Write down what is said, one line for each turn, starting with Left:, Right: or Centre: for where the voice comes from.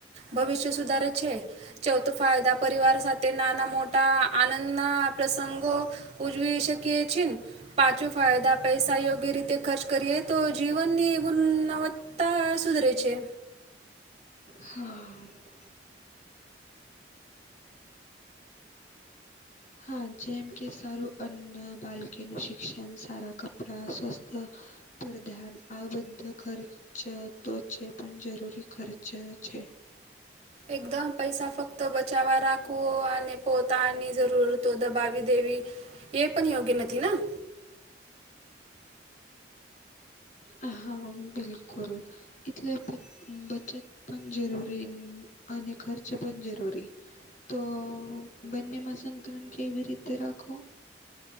Right: ભવિષ્ય સુધારે છે. ચૌથો ફાયદા પરિવાર સાથે નાના મોટા આનંદના પ્રસંગો ઉજવી શકીએ છીન. પાંચવો ફાયદા પૈસા યોગ્ય રીતે ખર્ચ કરીએ તો જીવનની ગુનવત્ત તા સુધરે છે.
Left: હા. હા. જેમ કે સારું અન્ન બાલકી નું શિક્ષણ સારા ક પણા સ્વસ્થ પર ધ્યાન આ બધા ખર્ચ ર્ચ તો છે, પણ જરૂરી ખર્ચ છે.
Right: એકદમ પૈસા ફક્ત ત બચાવવા રાખવું, અને પોતાની જરૂરતો દબાવી દેવી. એ પણ યોગ્ય નથી ના.
Left: હા, હા બિલકુલ. એટલે બ બચત પણ જરૂરી અને ખર્ચ પણ જરૂરી. તો બંનેમાં સંતુલન કેવી રીતે રાખવો?